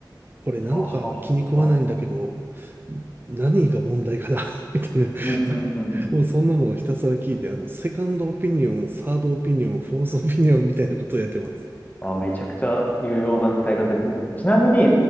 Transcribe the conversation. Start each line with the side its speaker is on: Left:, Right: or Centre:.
Right: これなんか気に食わないんだけど、
Left: はあ、はあ、はあ、はあ。
Right: 何が問題かな <laughs> みたいな。
Left: うん、うん、
Right: <laughs>
Left: うん、うん。
Right: もうそんなのをひたすら聞いて、あの、セカンドオピニオン、サードオピニオン、フォースオピニオンみたいなことをやってます。
Left: あ、めちゃくちゃ有用な使い方ですね。ちなみに